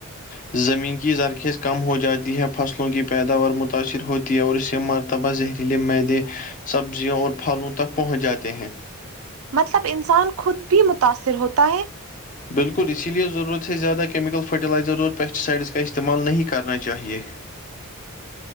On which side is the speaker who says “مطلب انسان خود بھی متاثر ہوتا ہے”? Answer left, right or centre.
Right